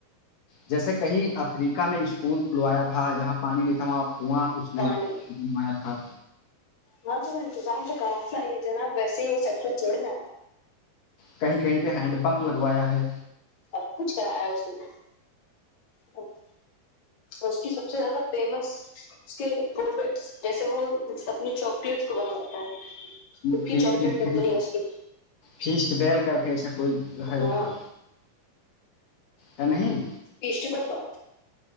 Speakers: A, on the left (about 55°); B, on the left (about 85°).
A: جیسے کہیں افریقہ میں اسکول کھلوایا تھا جہاں پانی نہیں تھا وہاں کنواں اس نے
B: پانی
A: بنوایا تھا
B: ہاں تو بو انتظام تو صحیح ہے جناب ویسے ہی وہ سیکٹر چھوڑنا
A: کہیں کہیں پہ ہینڈ پمپ لگوایا ہے
B: سب کچھ کرایا اس نے او <unintelligible> اس کی سب سے زیادہ فیمس اس کے پروڈکٹس جیسے وہ سبھی چاکلیٹس کو بنواتا ہے خود
A: پھر
B: کی چاکلیٹ
A: پھر
B: کمپنی ہے اس کی
A: فیسٹ بیل کر کے ایسا کوئی ہے ان
B: ہاں
A: کا ہے نہیں
B: East Bengal